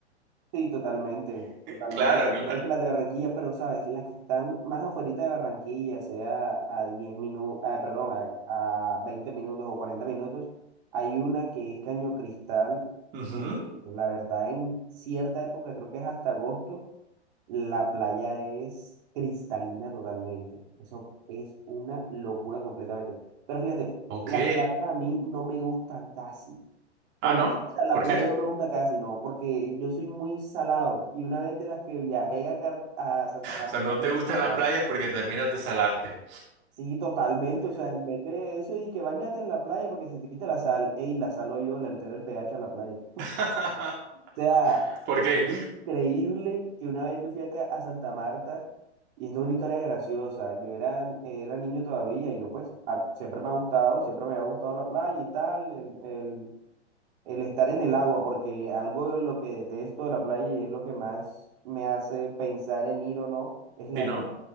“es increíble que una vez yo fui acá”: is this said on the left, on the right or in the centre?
Right